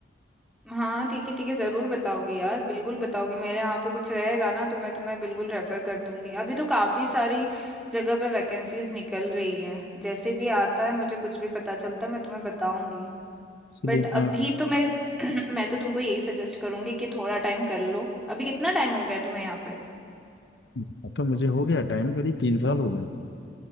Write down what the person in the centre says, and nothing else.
हाँ ठीक है ठीक है जरूर बताओगे यार बिल्कुल बताओगे मेरे यहाँ पे कुछ रहेगा ना तो मैं तुम्हें बिल्कुल रेफर कर दूंगी अभी तो काफी सारी जगह पे वैकेंसीज निकल रही है जैसे भी आता है मुझे कुछ भी पता चलता है मैं तुम्हें बताऊंगी
बट अभी
तो मैं <clears throat> मैं तो तुमको यही सजेस्ट करूंगी कि थोड़ा टाइम कर लो अभी कितना टाइम हो गया तुम्हें यहाँ पे